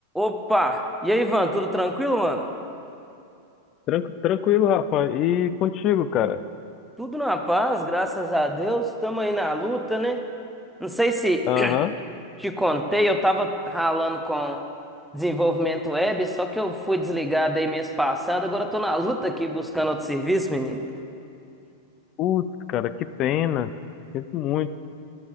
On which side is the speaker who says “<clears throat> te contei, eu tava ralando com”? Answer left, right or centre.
Centre